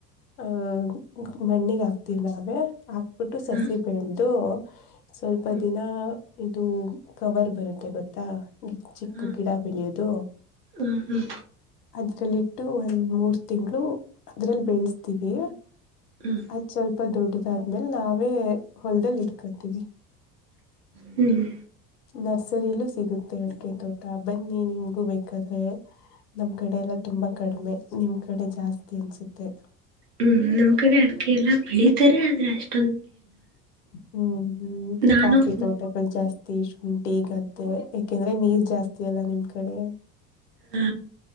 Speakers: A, on the left (about 80°); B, on the right (about 80°).
A: ಅಹ್ ಮಣ್ಣಿಗೆ ಆಗ್ತಿವಿ ಅವೇ ಆ ಬಿಟ್ಟು ಸಸಿ
B: ಹಾ
A: ಬೆಳೆದು ಸ್ವಲ್ಪ
B: ಹ್ಮ್
A: ದಿನ ಇದು ಕವರ್ ಬರುತ್ತೆ ಗೊತ್ತಾ ಗಿ
B: ಹಾ
A: ಗಿಡ ಬೆಳಿಯದು
B: ಹ್ಮ್ ಹ್ಮ್
A: ಅದ್ರಲ್ಲಿ ಇಟ್ಟು ಒಂದ್ ಮೂರ್ ತಿಂಗಳು ಅದ್ರಲ್ಲಿ ಬೆಳೆಸ್ತೀವಿ
B: ಹ್ಮ್
A: ಅದ್ ಸ್ವಲ್ಪ ದೊಡ್ಡದಾದ್ಮೇಲ್ ನಾವೇ ಹೊಲದಲ್ಲಿ ಇಡ್ಕೊತೀವಿ
B: ಹ್ಮ್
A: ನರ್ಸರಿಲೂ ಸಿಗುತ್ತೆ ಅಡಿಕೆ ತೋಟ ಬನ್ನಿ ನಿಮ್ಗೂ ಬೇಕಾದ್ರೆ ನಮ್ ಕಡೆ ಎಲ್ಲ ತುಂಬಾ ಕಡಿಮೆ ನಿಮ್ ಕಡೆ ಜಾಸ್ತಿ ಅನ್ಸುತ್ತೆ
B: ಹ್ಮ್ ನಮ್ ಕಡೆ ಅಡಕೆ ಎಲ್ಲ ಬೆಳಿತಾರೆ ಆದ್ರೆ ಅಷ್ಟ
A: ಹ್ಮ್ ಹ್ಮ್
B: ನಾನು
A: ಕಾಫಿ ಫೋಟೋಗಳು ಜಸ್ತಿ ಶುಂಠಿ ಗದ್ದೆ ಯಾಕೆಂದ್ರೆ ನೀರ್ ಜಾಸ್ತಿ ಅಲ್ಲ ನಿಮ್ ಕಡೆ
B: ಹಾ